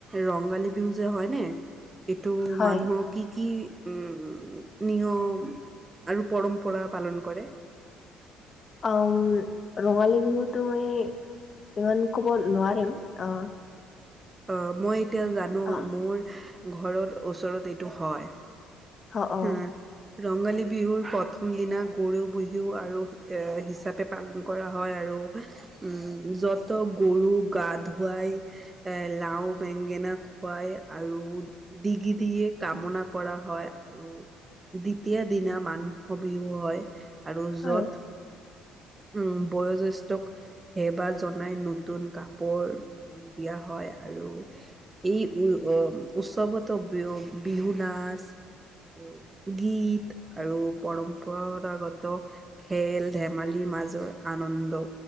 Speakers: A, on the right; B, on the left.
A: ৰঙালী বিহু যে হয়নে এইটো
B: হয়
A: মানুহ কি কি উম উম, নিয়ম আৰু পৰম্পৰা পালন কৰে।
B: অওম, ৰঙালী বিহুতো মই ইমান ক'ব নোৱাৰিম। আ
A: অ' মই এতিয়া জানো
B: আহ
A: মোৰ ঘৰত ওচৰত এইটো হয়।
B: অ অ
A: উম। ৰঙালী বিহুৰ প্ৰথম দিনা গৰু বিহু আৰু আ হিচাপে পালন কৰা হয় আৰু। উম, য'ত গৰু গা-ধোঁৱাই। লাউ, বেঙেনা খুৱাই আৰু দিগি দিয়ে কামনা কৰা হয়। আৰু দ্বিতীয়া দিনা মানুহ বিহু হয়, আৰু
B: হয়
A: য'ত উম, বয়জেষ্ঠক সেবা জনাই, নতুন কাপোৰ উম, দিয়া হয় আৰু <unintelligible> উৎসৱটো বিহু নাচ। আৰু গীত আৰু পৰম্পৰাগত খেল-ধেমালি, লি মাজৰ আনন্দ।